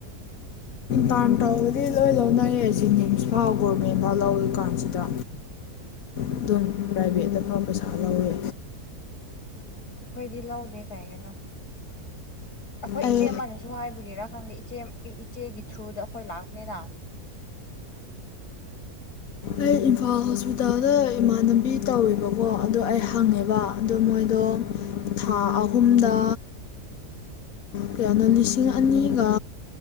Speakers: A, on the left (about 65°); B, on the left (about 85°).
A: ꯗꯥꯟ ꯇꯧꯕꯗꯤ ꯂꯣꯏ ꯂꯧꯅꯩꯌꯦ ꯖꯦꯅꯤꯝꯁ ꯐꯥꯎ ꯒꯣꯔꯃꯦꯟ ꯐꯥꯎ ꯂꯧꯋꯤ ꯀꯥꯟꯁꯤꯗ
B: <inaudible>
A: ꯑꯗꯨꯝ ꯄ꯭ꯔꯥꯏꯚꯦꯠꯇꯐꯥꯎ ꯄꯩꯁꯥ ꯂꯧꯋꯦ
B: ꯑꯩꯈꯣꯏꯗꯤ ꯂꯧꯗꯦ ꯀꯩꯒꯤꯅꯣ ꯑꯩꯈꯣꯏ
A: ꯑꯩ
B: ꯏꯆꯦ ꯑꯃꯅꯁꯨ ꯍꯥꯏꯕꯒꯤꯔꯥ ꯈꯪꯗꯦ ꯏꯆꯦ ꯏꯆꯦꯒꯤ ꯊ꯭ꯔꯨꯗ ꯑꯩꯈꯣꯏ ꯂꯥꯛꯄꯅꯤꯅ
A: ꯑꯩ ꯍꯣꯁꯄꯤꯇꯥꯜꯗ ꯏꯃꯥꯟꯅꯕꯤ ꯇꯧꯋꯦꯕꯀꯣ ꯑꯗꯣ ꯑꯩ ꯍꯪꯉꯦꯕ ꯑꯗꯣ ꯃꯣꯏꯗꯣ
B: ꯎꯝ
A: ꯊꯥ ꯑꯍꯨꯝꯗ ꯀꯌꯥꯅꯣ ꯂꯤꯁꯤꯡ ꯑꯅꯤꯒ